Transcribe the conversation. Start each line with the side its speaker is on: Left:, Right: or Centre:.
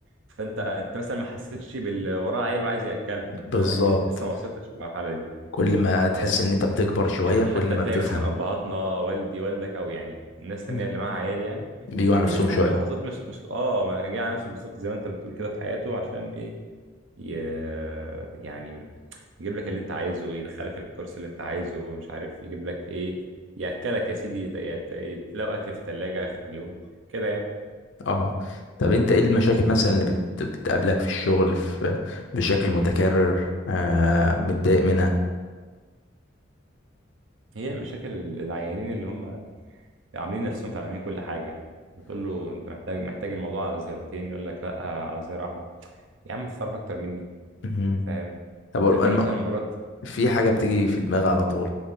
Right: فانت انت مثلا ما حسيتش باللي وراه عيال وعايز ياكلهم
Left: بالظبط
Right: انت انت لسه ما وصلتش للمرحلة دي
Left: كل ما تحس
Right: فاهم؟
Left: ان انت بتكبر شوية
Right: يعني حتى
Left: كل ما
Right: تلاقي
Left: بتفهم
Right: مثلا ابهاتنا والدي والدك او يعني الناس التانية
Left: مم.
Right: اللي معاها عيال يعني
Left: بيجوا
Right: اكيد
Left: على نفسهم
Right: استحمل
Left: شوية
Right: لحظات مش مش اه ما جه على نفسه بالظبط زي ما انت بتقول كده في حياته عشان ايه ي... يعني يجيب لك اللي انت عايزه يدخلك الكورس اللي انت عايزه مش عارف يجيب لك ايه ياكلك يا سيدي يت- يت- يتلاقوا اكل في الثلاجه اخر اليوم كده يعني
Left: اه طب انت ايه المشاكل مثلا اللي بت... بتقابلك في الشغل في... بشكل متكرر آه متضايق منها
Right: هي مشاكل العيانين اللي هم عاملين نفسهم فاهمين كل حاجه بتقول له انت محتاج محتاج الموضوع على زيارتين يقول لك لا على زياره واحده يا عم انت تعرف اكتر مني
Left: مهم.
Right: فاهم
Left: طب
Right: انت
Left: الم...
Right: في مثلا مرات
Left: في حاجة بتيجي
Right: بقول
Left: في دماغي على طول